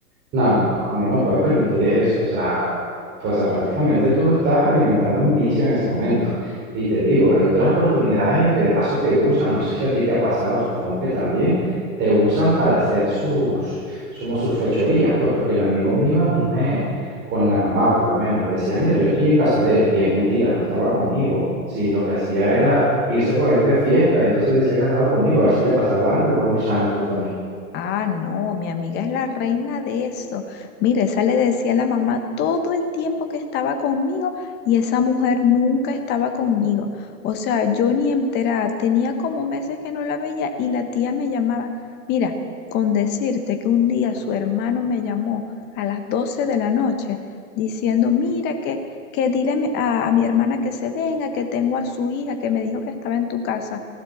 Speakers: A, on the right; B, on the left.
A: No, no, no, no, no puedes permitir eso. O sea, pues, o sea, prácticamente tú estás alimentando un vicio en ese momento. Y te digo, hay otras oportunidades en que de paso te usan, no sé si a ti te ha pasado, supongo que también, te usan para hacer sus, como sus fechorías, pues porque el amigo mío a mí me, con la mamá por lo menos, le decía, mira, yo estoy en casa de él, y es mentira, no estaba conmigo. Sí, lo que hacía era irse por ahí de fiesta, y entonces decía que andaba conmigo, a ver si le pasaba algo y luego me echaban la culpa a mí.
B: Ah, no, mi amiga es la reina de eso. Mira, esa le decía a la mamá todo el tiempo que estaba conmigo y esa mujer nunca estaba conmigo. O sea, yo ni enterada, tenía como meses que no la veía y la tía me llamaba. Mira, con decirte que un día su hermano me llamó a las 12 de la noche diciendo, mira, que, que dile a, mi a- a mi hermana que se venga, que tengo a su hija, que me dijo que estaba en tu casa